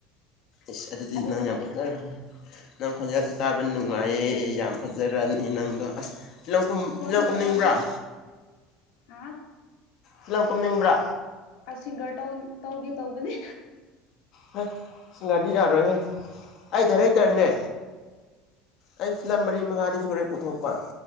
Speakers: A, on the left (about 55°); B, on the left (about 75°).
A: ꯏꯁ ꯑꯗꯨꯗꯤ
B: ꯑꯗꯨꯒꯨꯝꯕꯗꯤ
A: ꯅꯪ ꯌꯥꯝ ꯐꯖꯈ꯭ꯔ ꯅꯪ ꯈꯣꯟꯖꯦꯜꯁꯤ ꯇꯥꯕ ꯅꯨꯡꯉꯥꯏꯌꯦ ꯌꯥꯝ ꯐꯖꯔꯛꯑꯅꯤ ꯅꯪꯗꯣ ꯑꯁ ꯐꯤꯂꯝ ꯀꯨꯝ
B: ꯑꯁ ꯐꯣꯟꯗꯒꯤ
A: ꯐꯤꯂꯝ ꯀꯨꯝꯅꯤꯡꯕ꯭ꯔꯥ
B: ꯑꯣꯏꯔꯝꯅꯤ ꯍꯥ
A: ꯐꯤꯂꯝ ꯀꯨꯝꯅꯤꯡꯕ꯭ꯔꯥ
B: ꯑꯁ ꯁꯤꯡꯒꯔ ꯇꯧꯒꯦ ꯇꯧꯕꯅꯦ
A: ꯍ ꯁꯤꯡꯒꯥꯔꯗꯤ ꯌꯥꯔꯣꯏꯍꯦ ꯑꯩ ꯗꯔꯦꯛꯇꯔꯅꯦ ꯑꯩ ꯐꯤꯂꯝ ꯃꯔꯤ ꯃꯉꯥꯗꯤ ꯁꯨꯔꯦ ꯄꯨꯊꯣꯛꯄ